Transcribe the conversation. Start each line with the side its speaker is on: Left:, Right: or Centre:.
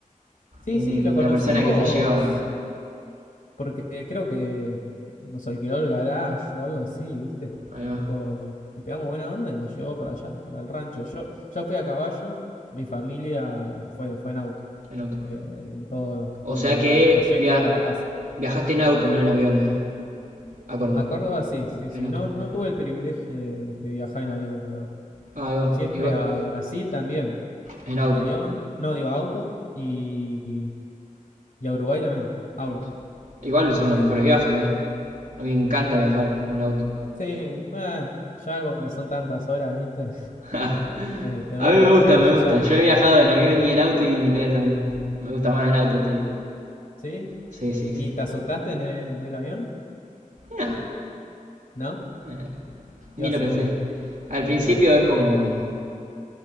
Left: Sí,
Right: una
Left: sí, lo conocimos
Right: persona que te lleva.
Left: Porque creo que nos alquiló el garage o algo así, ¿viste?
Right: Ahí va,
Left: Tipo, y pegamos buena onda y nos llevó para allá, para el rancho. Yo, yo fui a caballo, mi familia fue, fue en auto,
Right: en auto.
Left: eh, en todo,
Right: O
Left: todo
Right: sea
Left: lo que
Right: que
Left: era el trayecto
Right: via-
Left: a la casa.
Right: Viajaste en auto, no en avión a, a Córdoba.
Left: A Córdoba sí, sí, sí.
Right: En auto,
Left: No, no
Right: sí.
Left: tuve el privilegio de, de viajar en avión por ahora.
Right: Ah, ahí va.
Left: Siempre
Right: Igual-
Left: a Brasil también,
Right: en auto.
Left: avión, no digo auto, y, y a Uruguay también, auto,
Right: sí. sí. Igual son
Left: siempre.
Right: los mejores viajes, ¿eh? A mí me encanta viajar en el auto.
Left: Sí, eh, ya cuando son tantas horas, ¿viste?
Right: <laughs> a
Left: Eh, te duele
Right: mí me
Left: el
Right: gusta,
Left: cuello
Right: me
Left: ya.
Right: gusta. Yo he viajado
Left: No,
Right: en avión y en auto y no es lo mismo. Me gusta más en auto, te digo.
Left: ¿sí?
Right: Sí, sí,
Left: ¿Y
Right: sí.
Left: te asustaste en el, en el avión?
Right: No,
Left: ¿No?
Right: no, no. Ni
Left: Iba
Right: lo
Left: seguro,
Right: pensé. Al principio
Left: claro.
Right: es como...